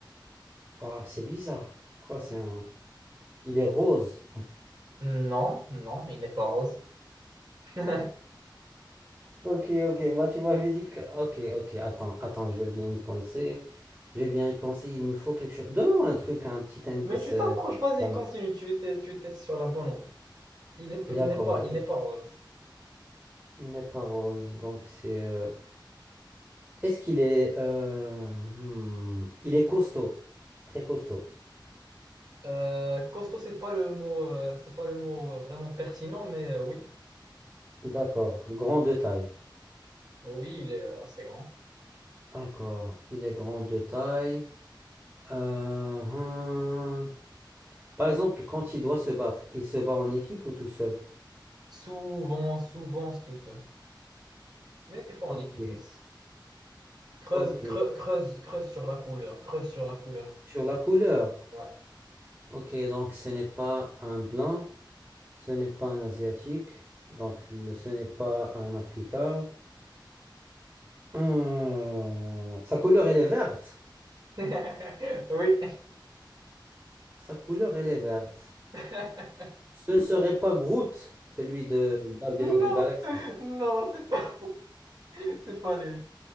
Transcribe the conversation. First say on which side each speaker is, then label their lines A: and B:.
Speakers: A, on the right; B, on the right.
A: Ah, c'est bizarre. Quoi, c'est un... Il est rose.
B: Non, non, il n'est pas rose. <laughs> Mais
A: Ok, ok, bah tu m'avais dit que... Ok, ok, attends, attends, je vais bien y penser. Je vais bien y penser, il me faut quelque chose. Donne-moi un truc, un petit indice.
B: tu
A: euh,
B: t'approches, vas-y,
A: Van.
B: continue, tu étais, tu étais sur la bonne route. Il n'est,
A: D'accord,
B: il n'est pas,
A: je
B: il
A: t'ai
B: n'est
A: dit.
B: pas rose.
A: Il n'est pas rose, donc c'est... euh, Est-ce qu'il est... euh, hmm, Il est costaud, très costaud.
B: Euh, costaud, c'est pas le mot, euh, c'est pas le mot euh, vraiment pertinent, mais euh, oui,
A: D'accord, grand de taille.
B: oui, il est euh, assez grand.
A: D'accord, il est grand de taille. Euh, hmm. Par exemple, quand il doit se battre, il se bat en équipe ou tout seul?
B: Souvent, souvent, c'est tout seul. Mais des fois
A: Ok,
B: en équipe aussi. Creuse,
A: ok.
B: creu- creuse, creuse sur la couleur, creuse sur la couleur.
A: Sur la couleur.
B: Ouais.
A: Ok, donc ce n'est pas un blanc, ce n'est pas un asiatique, donc le- ce n'est pas un africain. Hum, sa couleur, elle est verte.
B: <laughs> Oui.
A: Sa couleur, elle est verte.
B: <laughs>
A: Ce ne serait pas Groot, celui de Guardian of
B: Non,
A: the Galaxy.
B: non, c'est pas, c'est pas lui.